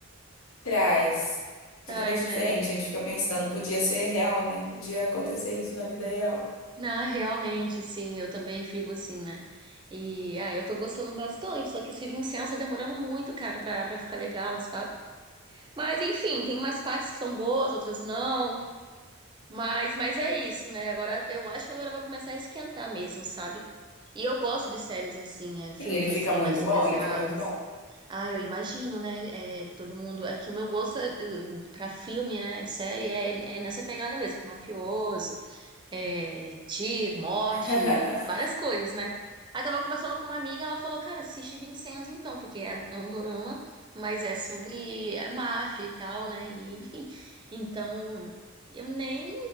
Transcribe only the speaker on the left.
Traz. Totalmente
diferente,
a gente fica pensando, podia ser real, né? Podia acontecer isso na vida real.
Sim, ele
fica muito
bom,
ele fica muito bom.
<laughs>